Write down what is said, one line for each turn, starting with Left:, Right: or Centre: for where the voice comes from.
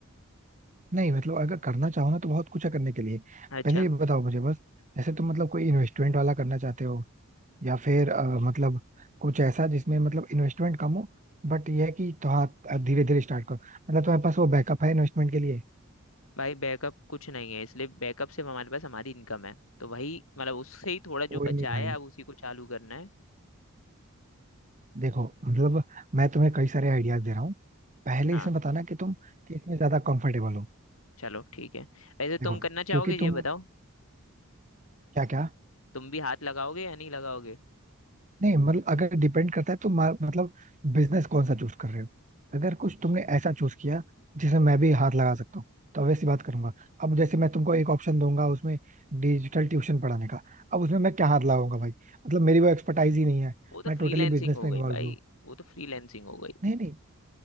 Right: नहीं मतलब अगर करना चाहो ना तो बहुत कुछ है करने के लिए
Left: अच्छा
Right: पहले ये बताओ मुझे बस जैसे तुम मतलब कोई इन्वेस्टमेंट वाला करना चाहते हो या फिर अ, मतलब कुछ ऐसा जिसमें मतलब इन्वेस्टमेंट कम हो बट ये है कि तो हाँ धीरे धीरे स्टार्ट करो मतलब तुम्हारे पास वो बैकअप है इन्वेस्टमेंट के लिए
Left: भाई बैकअप कुछ नहीं है इसलिए बैकअप सिर्फ हमारे पास हमारी इनकम है तो वही मतलब उससे ही थोड़ा
Right: कोई
Left: जो बचा
Right: नहीं भाई
Left: है अब उसी को चालू करना है
Right: देखो मतलब मैं तुम्हें कई सारे आइडियाज दे रहा हूँ पहले
Left: हाँ
Right: इसमें बताना कि तुम किस में ज्यादा कंफर्टेबल हो
Left: चलो ठीक है वैसे
Right: देखो
Left: तुम करना
Right: क्योंकि
Left: चाहोगे ये
Right: तुम
Left: बताओ
Right: क्या क्या
Left: तुम भी हाथ लगाओगे या नहीं लगाओगे
Right: नहीं मतलब अगर डिपेंड करता है तो मा- मतलब बिजनेस कौन सा चूज कर रहे हो अगर कुछ तुमने ऐसा चूज किया जिसमें मैं भी हाथ लगा सकता हूँ तो वैसी बात करूंगा अब जैसे मैं तुमको एक ऑप्शन दूंगा उसमें डिजिटल ट्यूशन पढ़ाने का अब उसमें मैं क्या हाथ लगाऊंगा भाई मतलब मेरी वो एक्सपर्टाइज ही नहीं है
Left: वो तो
Right: मैं टोटली
Left: फ्रीलैंसिंग
Right: बिजनेस
Left: हो
Right: में
Left: गई
Right: इन्वॉल्व
Left: भाई
Right: हूँ
Left: वो तो फ्रीलैंसिंग हो गई
Right: नहीं नहीं